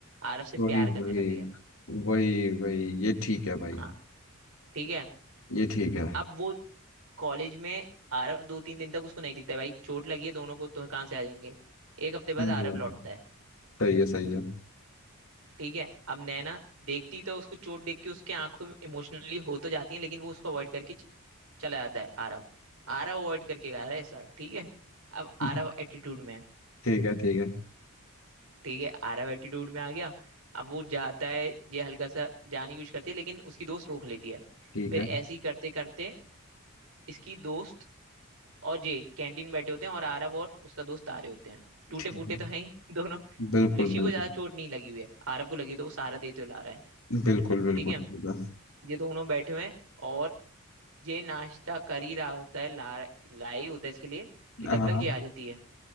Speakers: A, on the right (about 75°); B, on the left (about 65°).
A: आरव से प्यार
B: वही वही
A: करने लगी है
B: वही वही ये ठीक है भाई
A: हाँ ठीक है
B: ये ठीक है
A: अब वो कॉलेज में आरव दो तीन दिन तक उसको नहीं दिखता है भाई चोट लगी है दोनों को तो कहाँ से आ जाएंगे एक हफ्ते बाद
B: सही
A: आरव
B: बात
A: लौटता
B: है
A: है
B: सही है सही है
A: ठीक है अब नैना देखती तो उसको चोट देख के उसके आंखों में इमोशनली हो तो जाती है लेकिन वो उसको अवॉइड करके च- चला जाता है आरव आरव अवॉइड करके गया रहा है सर ठीक है अब
B: <laughs>
A: आरव एटीट्यूड में है
B: ठीक है ठीक है
A: ठीक है आरव एटीट्यूड में आ गया अब वो जाता है ये हल्का सा जाने की कोशिश करती है लेकिन उसकी दोस्त रोक लेती है
B: ठीक
A: फिर
B: है
A: ऐसे ही करते करते इसकी दोस्त और जे कैंटीन बैठे होते हैं और आरव और उसका दोस्त आ रहे होते हैं टूटे
B: ठीक
A: फूटे
B: है
A: तो हैं ही <laughs> दोनों
B: बिल्कुल
A: ऋषि
B: बिल्कुल
A: को ज्यादा चोट नहीं लगी हुई है आरव को लगी है तो वो सहारा देते हुए ला रहा है
B: बिल्कुल बिल्कुल
A: ठीक है
B: ठीक है
A: ये दोनों बैठे हुए हैं और ये नाश्ता कर ही रहा होता है ला लाए ही होता है इसके लिए कि
B: हाँ
A: तब तक ये आ जाती है